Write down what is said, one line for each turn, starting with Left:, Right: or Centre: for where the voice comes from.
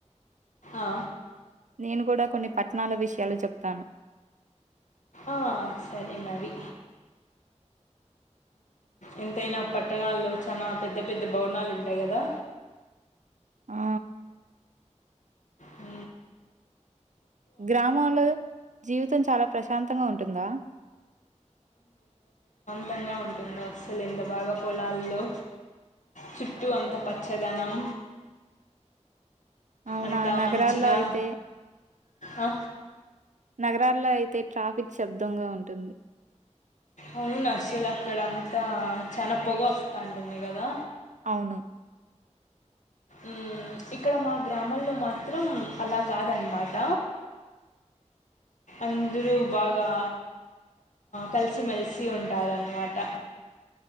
Left: ఆ!
Right: నేను కూడా కొన్ని పట్టణాల విషయాలు చెప్తాను
Left: ఆ సరే మరి ఎంతైనా పట్టణాల్లో చాలా పెద్ద పెద్ద భవనాలు ఉంటాయి కదా
Right: ఆ
Left: హ
Right: గ్రామంలో జీవితం చాలా ప్రశాంతంగా ఉంటుందా
Left: తంగా ఉంటుందో అసలు ఎంత బాగా పొలాల్లో చుట్టూ అంత పచ్చదనం
Right: అవునా
Left: అంత
Right: నగరాల్లో
Left: మంచిగా
Right: అయితే
Left: ఆ
Right: నగరాల్లో అయితే ట్రాఫిక్ శబ్దంగా ఉంటుంది.
Left: అవును అసల్ అక్కడ అంతా చన్నా పొగ వస్తాంటుంది కదా?
Right: అవును.
Left: ఉమ్, ఇక్కడ మా గ్రామంలో మాత్రం అలా కాదన్నమాట. అందరూ బాగా కలిసిమేలిసి ఉంటారన్నమాట.